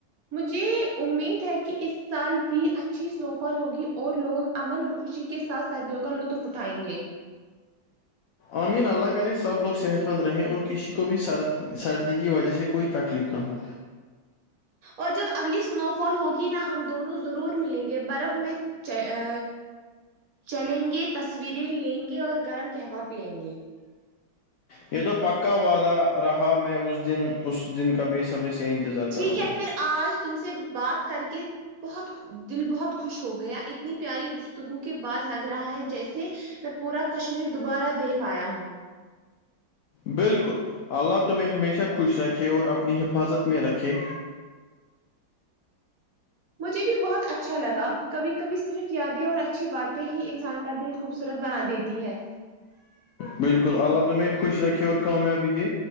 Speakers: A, on the right (about 60°); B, on the left (about 75°).
A: مجھے امید ہے کی اس سال بھی اچھی اسنو فال ہوگی اور لوگ امن اور خوشی کے ساتھ سردیوں کا لطف اٹھائیں گے
B: امین اللہ کرے سب لوگ صحت مند رہے اور کسی کو بھی سرد سردی کی وجہ سے کوئی تکلیف نہ ہو
A: اور جب اگلی اسنو فال ہوگی نا ہم دونوں ضرور ملیں گے برف میں چ آ چلیں گے تصویریں لیں گے اور گرم کہوہ پیئیں گے
B: یہ تو پکا وعدہ رہا میں اس دن اس دن کا بےصبری سے انتظار
A: ٹھیک
B: کروں
A: ہے
B: گا
A: پھر آج تم سے بات کر کے بہت دل بہت خوش ہو گیا اتنی پیاری گفتگو کے بعد لگ رہا ہے جیسے میں پورا کشمیر دوبارہ دیکھ آیا ہوں
B: بالکل اللہ تمہیں ہمیشہ خوش رکھے اور اپنی حفاظت میں رکھے
A: مجھے بھی بہت اچھا لگا کبھی کبھی صرف یادیں اور اچھی باتیں ہی انسان کا دل خوبصورت بنا دیتی ہے
B: بالکل اللہ تمہیں خوش رکھے اور کامیابی دے